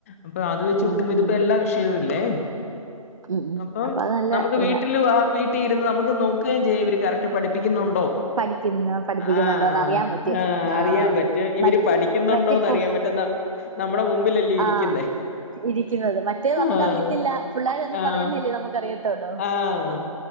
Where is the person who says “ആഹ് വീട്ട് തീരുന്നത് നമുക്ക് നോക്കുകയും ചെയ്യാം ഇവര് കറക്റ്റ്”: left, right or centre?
Left